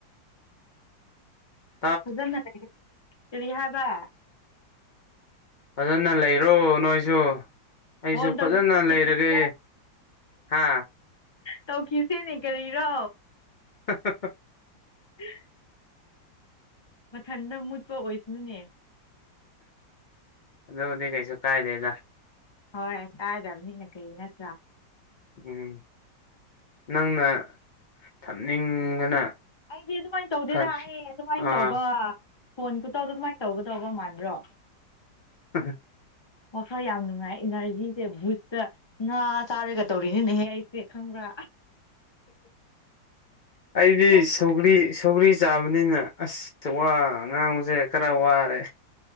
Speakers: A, on the left; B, on the left.
A: <unintelligible>
B: ꯐꯖꯅꯔꯦ ꯀꯔꯤ ꯍꯥꯏꯕ
A: ꯐꯖꯅ ꯂꯩꯔꯣ ꯅꯣꯏꯁꯨ ꯑꯩꯁꯨ
B: ꯐꯣꯟ
A: ꯐꯖꯅ
B: ꯇꯧꯔꯤꯌꯦ
A: ꯂꯩꯔꯒꯦ
B: ꯀꯩꯗ
A: ꯍꯥ
B: ꯇꯧꯈꯤꯁꯦꯅꯦ ꯀꯔꯤꯔꯣ
A: <unintelligible>
B: <unintelligible> ꯃꯊꯟꯗ ꯃꯨꯠꯄ ꯑꯣꯏꯕꯅꯤꯅꯦ
A: ꯑꯗꯨꯕꯨꯗꯤ ꯀꯩꯁꯨ ꯀꯥꯏꯗꯦꯗ
B: ꯍꯣꯏ ꯀꯥꯏꯗꯕꯅꯤꯅ ꯀꯩꯒꯤ ꯅꯠꯇ꯭ꯔꯥ
A: ꯎꯝ ꯅꯪꯅ ꯊꯝꯅꯤꯡꯕꯅ
B: ꯑꯩꯗꯤ ꯑꯗꯨꯃꯥꯏꯟ ꯇꯧꯗꯦꯗ
A: ꯈꯔ
B: ꯑꯩ ꯑꯗꯨꯃꯥꯏꯟ
A: ꯑꯥ
B: ꯇꯧꯕ ꯐꯣꯟ ꯈꯨꯠꯇꯧ ꯑꯗꯨ ꯑꯗꯨꯃꯥꯏꯟ ꯇꯧꯒꯗꯧꯕ ꯃꯥꯟꯕ꯭ꯔꯣ
A: ꯍꯝ
B: ꯋꯥꯈꯜ ꯌꯥꯝ ꯅꯨꯡꯉꯥꯏ ꯏꯅꯔꯖꯤꯁꯦ ꯕꯨꯖꯇ ꯉꯥ ꯆꯥꯔꯦꯒ ꯇꯧꯔꯤꯅꯤꯅꯦꯍꯦ ꯑꯩꯁꯦ ꯈꯪꯕ꯭ꯔꯥ
A: ꯑꯩꯗꯤ
B: ꯅꯪ
A: ꯁꯧꯒ꯭ꯔꯤ ꯁꯧꯒ꯭ꯔꯤ ꯆꯥꯕꯅꯤꯅ ꯑꯁ ꯋꯥꯒ ꯉꯥꯡꯕꯁꯦ ꯈꯔ ꯋꯥꯔꯦ